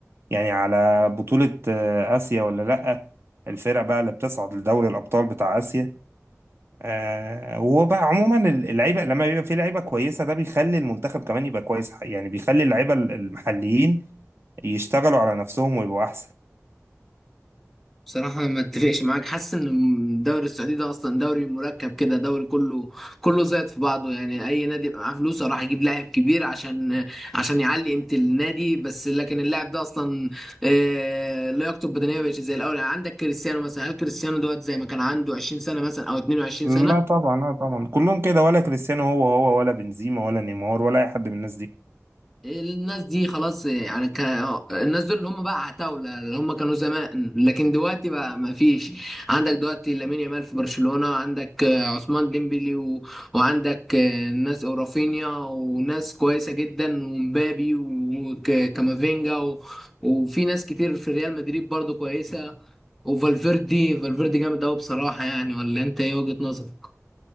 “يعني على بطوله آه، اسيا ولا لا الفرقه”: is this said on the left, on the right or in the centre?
Right